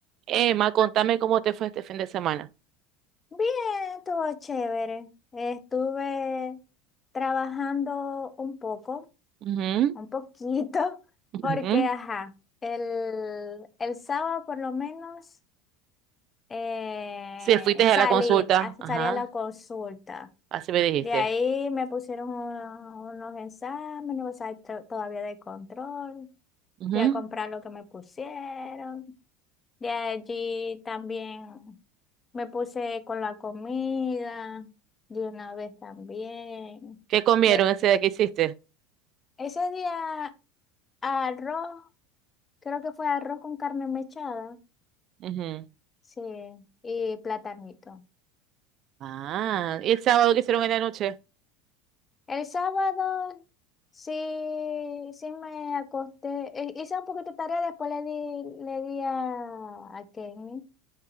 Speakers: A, on the right; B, on the left.
A: Emma, contame cómo te fue este fin de semana.
B: Bien, todo chévere. Estuve trabajando un poco,
A: Ujú,
B: un poquito, <laughs>
A: ujú.
B: porque, ajá, el, el sábado por lo menos eh,
A: Si fuiste a
B: salí,
A: la consulta,
B: a-
A: ajá,
B: salí a la consulta.
A: así me dijiste.
B: De ahí me pusieron uno- unos exámenes, o sea, to- todavía de control.
A: Ujú.
B: Fui a comprar lo que me pusieron. De allí también me puse con la comida, de una vez también.
A: ¿Qué comieron
B: Le-
A: ese día que hiciste?
B: ese día arroz, creo que fue arroz con carne mechada,
A: Ujú.
B: sí, y platanito.
A: Ah, ¿y el sábado que hicieron en la noche?
B: El sábado sí, sí me acosté, hi- hice un poquito de tarea, después le di, le di a, a Kenny